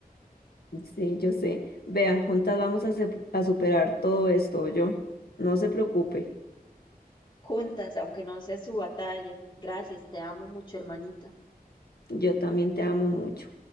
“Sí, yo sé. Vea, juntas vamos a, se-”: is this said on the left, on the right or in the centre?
Left